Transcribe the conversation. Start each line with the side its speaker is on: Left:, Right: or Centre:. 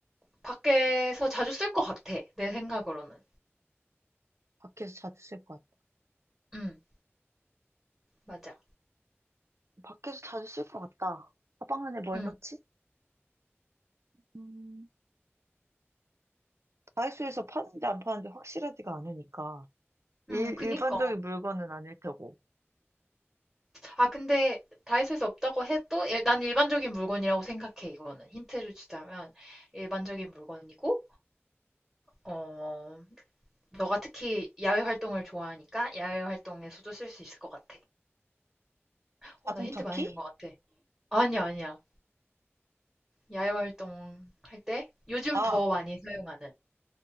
Centre: 밖에서 자주 쓸 것 같아, 내 생각으로는.
Right: 밖에서 자주 쓸 것 같아.
Centre: 음, 맞아.
Right: 밖에서 자주 쓸 것 같다. 가방 안에 뭘
Centre: 음,
Right: 넣지? 음, 다이소에서 파는지 안 파는지 확실하지가 않으니까. 일,
Centre: 음, 그니까.
Right: 일반적인 물건은 아닐 테고.
Centre: 아, 근데 다 있을 수 없다고 해도 일- 난 일반적인 물건이라고 생각해, 이거는. 힌트를 주자면 일반적인 물건이고, 어, 너가 특히 야외 활동을 좋아하니까 야외 활동에서도 쓸 수 있을 것 같아. 어,
Right: 자동차
Centre: 나 힌트 많이
Right: 키?
Centre: 준 것 같아. 아니야, 아니야. 야외 활동 할 때 요즘
Right: 아,
Centre: 더 많이 사용하는.